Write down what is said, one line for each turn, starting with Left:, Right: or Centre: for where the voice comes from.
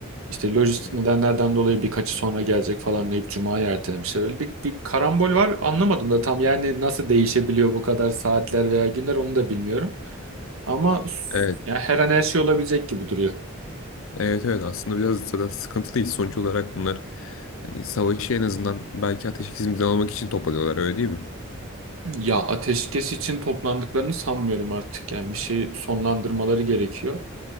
Right: İşte lojistik
Left: Hı hı.
Right: nedenlerden dolayı birkaçı sonra gelecek falan deyip Cuma'ya ertelemişler. Öyle bir, bir karambol var anlamadım da tam yani nasıl değişebiliyor bu kadar saatler veya günler onu da bilmiyorum. Ama
Left: Evet,
Right: yani her an her şey olabilecek gibi duruyor.
Left: evet, evet. Aslında biraz zaten sıkıntılıyız. Sonuç olarak bunlar hani savaşı en azından belki ateşkes imzalamak için toplanıyorlar öyle değil mi?
Right: Ya ateşkes için toplandıklarını sanmıyorum artık. Yani bir şeyi sonlandırmaları gerekiyor.